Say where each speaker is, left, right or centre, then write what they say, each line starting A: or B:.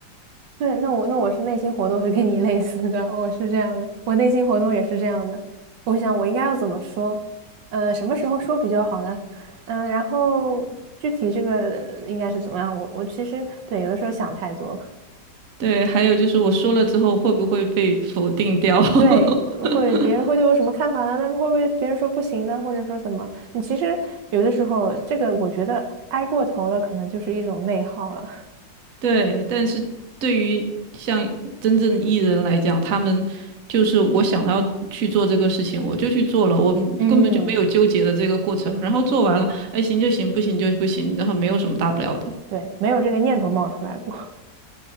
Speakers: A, on the right; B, on the right.
A: 对，那我那我是内心活动是跟你类似的，我是这样的，我内心活动也是这样的。我想我应该要怎么说？呃，什么时候说比较好呢？嗯、然后具体这个应该是怎么样？我我其实对有的时候想太多。
B: 对，还有就是我说了之后会不会被否定掉？<laughs>
A: 对，会别人会对我什么看法呢？那会不会别人说不行呢？或者说怎么？你其实有的时候，这个我觉得挨过头了，可能就是一种内耗了。
B: 对，但是对于像真正的艺人来讲，他们就是我想要去做这个事情，我就去做了，我们根本就没有纠结的这个过程。
A: <laughs> 嗯，
B: 然后做完了，哎，行就行，不行就不行，然后没有什么大不了的。
A: 对，没有这个念头冒出来过。